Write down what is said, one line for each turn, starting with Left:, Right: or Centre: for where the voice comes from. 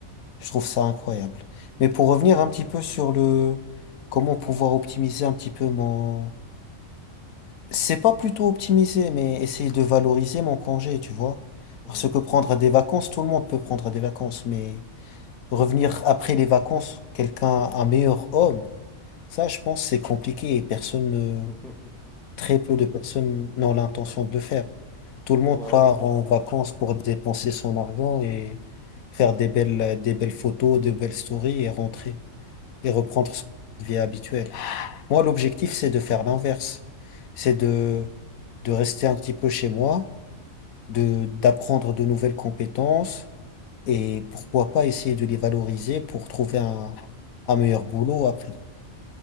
Left: Je trouve ça incroyable. Mais pour revenir un petit peu sur le comment pouvoir optimiser un petit peu mon... C'est pas plutôt optimiser, mais essayer de valoriser mon congé, tu vois.
Centre: Oui.
Left: Parce que prendre des vacances, tout le monde peut prendre des vacances, mais revenir après les vacances, quelqu'un, un meilleur homme, ça, je pense, c'est compliqué et personne, ne-
Centre: <laughs>
Left: très peu de personnes n'ont l'intention de le faire. Tout le monde
Centre: Ouais, on
Left: part
Centre: n'y pense
Left: en
Centre: pas.
Left: vacances pour dépenser son argent et faire des belles, des belles photos, des belles stories et rentrer et reprendre son vie habituel. Moi, l'objectif, c'est de faire l'inverse. C'est de,
Centre: Mhm.
Left: de rester un petit peu chez moi, de, d'apprendre de nouvelles compétences et pourquoi pas essayer de les valoriser pour trouver un, un meilleur boulot après.